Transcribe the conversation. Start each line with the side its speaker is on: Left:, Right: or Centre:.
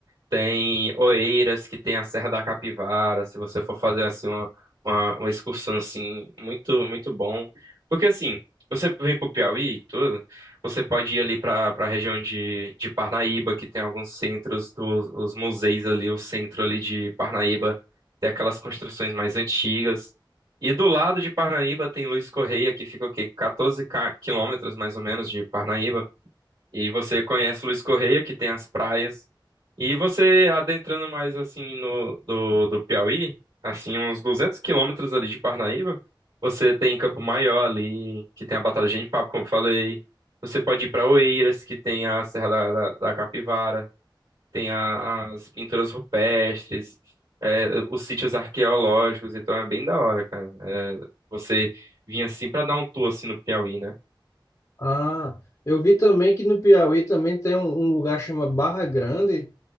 Right: Tem Oeiras, que tem a Serra da Capivara, se você for fazer assim uma, uma, uma excursão assim, muito muito bom. Porque assim, você vem pro Piauí e tudo, você pode ir ali pra para região de, de Parnaíba, que tem alguns centros dos os museus ali, o centro ali de Parnaíba, tem aquelas construções mais antigas. E do lado de Parnaíba tem Luiz Correia, que fica o quê? 14 ca- quilômetros mais ou menos de Parnaíba. E você conhece Luiz Correia, que tem as praias. E você adentrando mais assim no do, do Piauí, assim, uns 200 quilômetros ali de Parnaíba, você tem Campo Maior ali, que tem a Batalha de Papo, como eu falei. Você pode ir para Oeiras, que tem a Serra da, da, da Capivara, tem a- as pinturas rupestres, é, os sítios arqueológicos, então é bem da hora, cara. É, você vir assim para dar um tour assim no Piauí, né?
Left: Ah, eu vi também que no Piauí também tem um, um lugar chamado Barra Grande,